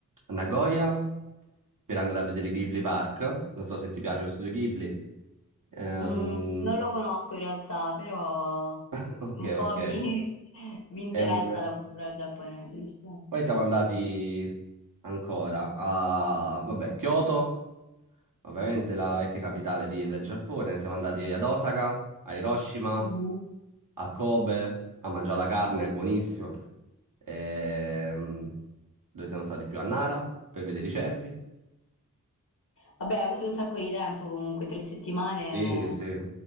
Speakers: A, on the right; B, on the left.
A: a Nagoya per andare a vedere Ghibli Park, non so se ti piace lo studio Ghibli. Ehm,
B: Mm, non lo conosco in realtà, però
A: <laughs> ok,
B: un po'
A: ok,
B: mi, <laughs> mi interessa
A: è un...
B: la cultura giapponese, diciamo.
A: Poi siamo andati ancora a, vabbè, Kyoto, ovviamente la vecchia capitale di- del Giappone. Siamo andati ad Osaka, a Hiroshima,
B: Mhm.
A: a Kobe, a mangiare la carne, è buonissima. Ehm, dove siamo stati più? A Nara, per vedere i cervi.
B: Vabbè, hai avuto un sacco di tempo comunque, tre settimane
A: Sì, sì.